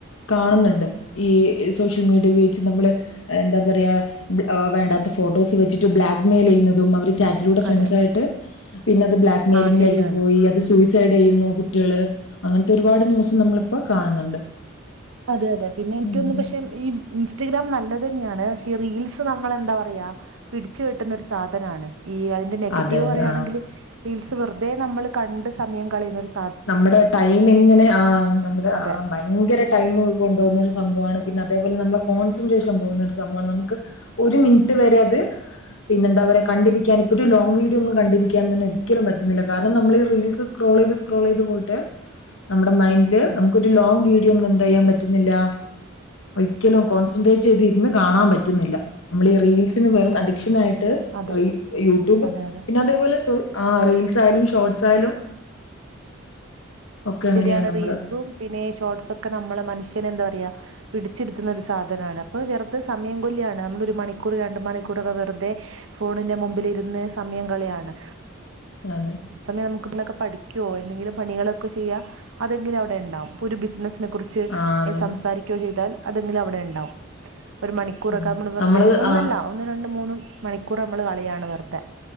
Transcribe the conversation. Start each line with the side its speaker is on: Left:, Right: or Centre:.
Left: കാണുന്നുണ്ട് ഈ സോഷ്യൽ മീഡിയ ഉപയോഗിച്ച് നമ്മള് എന്താ പറയാ വേണ്ടാത്ത ഫോട്ടോസ് വെച്ചിട്ട് ബ്ലാക്ക് മെയിൽ ചെയ്യുന്നതും അവര് ചാറ്റിലൂടെ ഫ്രണ്ട്‌സ്
Right: അതെ
Left: ആയിട്ട് പിന്നെ അത് ബ്ലാക്ക് മെയിങ്ലേക്
Right: ആ ശരിയാണ്
Left: പോയി അത്
Right: ഉം
Left: സൂയിസൈ സൈഡ് ചെയ്യുന്നു കുട്ടികള് അങ്ങനത്തെ ഒരുപാട് ന്യൂസ് നമ്മളിപ്പോ കാണുന്നുണ്ട്
Right: അതെ അതെ പിന്നെ ഇൻക്ക്
Left: ഉം
Right: തോന്നുന്നു പക്ഷെ ഈ ഇൻസ്റ്റഗ്രാം നല്ലത ന്നെയാണ് പക്ഷെഈ റീൽസ് നമ്മള് എന്താ പറയാ പിടിച്ചു കെട്ടുന്ന ഒരു സാധനാണ് ഈ നെഗറ്റീവ്
Left: അതെ അതെ
Right: പറയാണെങ്കില്
Left: ആഹ്
Right: റീൽസ് വെർതെ നമ്മള് കണ്ട് സമയം കളിണരു സ്
Left: നമ്മുടെ ടൈമ് ഇങ്ങനെ ആ നമ്മുടെ
Right: അതെ
Left: ആ ഭ യങ്കര ടൈമ് കൊണ്ടു പോവുന്ന ഒരു സംഭവാണ് പിന്നെ അതേപോലെ നമ്മളെ കോൺസെൻട്രേഷൻ പോവുന്നൊരു സംഭവാണ് നമുക്ക് ഒരു മിൻറ്റ് വരെ അത് പിന്നെ എന്താ പറയാ കണ്ടിരിക്കാൻ ഇപ്പൊ ഒരു ലോങ് വീഡിയോ ഒന്നും കണ്ടിരിക്കാൻ തന്നെ ഒരിക്കലും പറ്റുന്നില്ല കാരണം നമ്മള് റീൽസ് സ്ക്രോൾ ചെയ്ത് ക്രോൾ ചെയ്ത് പോയിട്ട് നമ്മുടെ മൈൻഡില്
Right: അതെ
Left: നമുക്കൊരു ലോങ്ങ് വീഡിയോ ഒന്നും എന്ത ചെയ്യാൻ പറ്റുന്നില്ല ഒരിക്കലും കോൺസെൻട്രേറ്റ് ചെയ്ത് ഇര്ന്ന് കാണാം പറ്റുന്നില്ല നമ്മള് ഈ റീൽസിന് വെറും അഡിക്ഷൻ ആയിട്ട്
Right: അതെ
Left: യൂട്യൂബ്
Right: അതെ അതെ
Left: പിന്നെ അതേപോലെ ആ റീൽസായാലും ഷോർട്ട്സ് ആയാലും ഒക്കെ
Right: ശരിയാണ്
Left: അങ്ങനെയാണ് നമ്മള്
Right: റീൽസും പിന്നെ ഈ ഷോർട്സോക്കെ നമ്മള മനുഷ്യന് എന്താ പറയാ പിടിച്ചിര്ത്തുന്ന ഒരു സാധനാണ് അപ്പോ വെർതെ സമയം കൊല്ല്യാണ് നമ്മളൊരു മണിക്കൂർ രണ്ട് മണിക്കൂറൊക്കെ വെർതെ ഫോണിന്റെ മുമ്പിലിര്ന്ന സമയം കള യാണ്
Left: അതെ
Right: സമയം നമുക്ക് <unintelligible> പഠിക്കൊ എന്തെിലും പണികളോക്കെ ചെയ്യാ അതെങ്കില് അവിടെണ്ടാവും ഇപ്പ ഒരു ബിസിനസിനെ കുർ ച്
Left: ആഹ് അതെ
Right: സംസാരിക്ക്യോ ചെയ്താൽ അതെങ്കിലും അവടെണ്ടാവും ഒരു മണിക്കൂറൊക്കെ
Left: അതെ
Right: നമ്മള് വെറുതെ ഒന്നല്ല
Left: ആഹ്
Right: ഒന്ന് രണ്ട് മൂന്ന് മണിക്കൂർ നമ്മള് കളയാണ് വെറുതെ